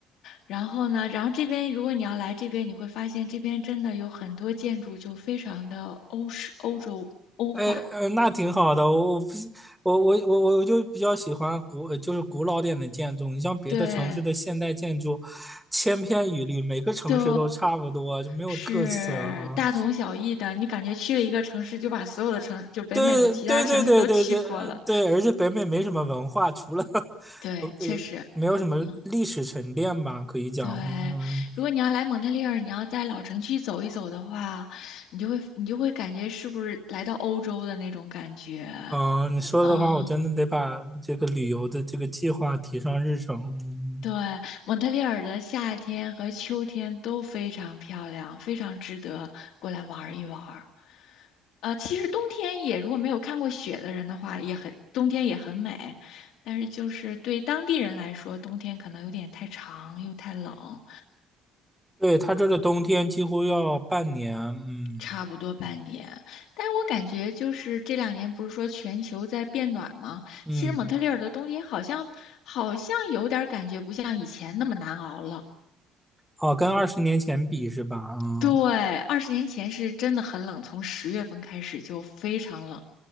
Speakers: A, on the left; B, in the centre.
A: 然后呢，然后这边如果你要来这边，你会发现这边真的有很多建筑就非常的欧式、欧洲、欧化，
B: 哎，呃，那挺好的，我我不喜我我我我就比较喜欢古就是古老点的建筑，你像别的城市的现代建筑，
A: 对
B: 千篇一律，每个城市都差不多，
A: 对，
B: 就没有特色啊，
A: 是大同小异的。
B: 嗯
A: 你感觉去了一个城市，就把所有的城，就北美的其他城市都去过了。
B: 对对对对对对呃对，而且北美没什么文化，除了 <laughs>
A: 对，
B: 呃呃，
A: 确实，
B: 没有什么历史沉淀吧，
A: 嗯，
B: 可以讲，
A: 对。
B: 嗯
A: 如果你要来蒙特利尔，你要在老城区走一走的话，你就会你就会感觉是不是来到欧洲的那种感觉。
B: 嗯、呃你说的话，
A: 嗯
B: 我真的得把这个旅游的这个计划提上日程。嗯，
A: 对，蒙特利尔的夏天和秋天都非常漂亮，非常值得过来玩儿一玩儿。呃，其实冬天也，如果没有看过雪的人的话，也很，冬天也很美。但是就是对当地人来说，冬天可能有点太长又太冷，
B: 对，他这个冬天几乎要半年，嗯
A: 差不多半年。但是我感觉就是这两年不是说全球在变暖吗？
B: 嗯，
A: 其实蒙特利尔的冬天好像好像有点儿感觉不像以前那么难熬了。
B: 哦，跟二十年前比是吧？嗯
A: 对，二十年前是真的很冷，从十月份开始就非常冷，